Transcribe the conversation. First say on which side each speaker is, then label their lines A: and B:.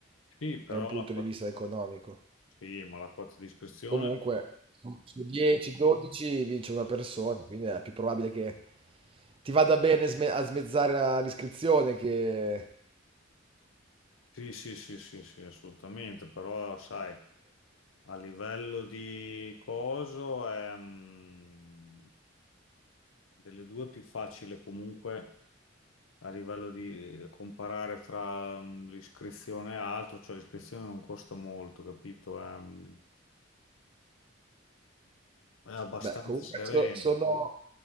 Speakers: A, on the left; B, on the right.
A: sì, però
B: da un punto
A: la, quota-
B: di vista economico.
A: sì, ma la quota di iscrizione,
B: Comunque, su 10-12 vince una persona, quindi è più probabile che ti vada bene sme- a smezzare la- l'iscrizione che...
A: sì, sì, sì, sì, sì, assolutamente, però sai, a livello di coso è... mm, Delle due è più facile comunque a livello di eh, comparare tra mm, l'iscrizione e altro, cioè l'iscrizione non costa molto, capito? È, mm, è abbastanza
B: Beh, comunque
A: sereno.
B: so- sono,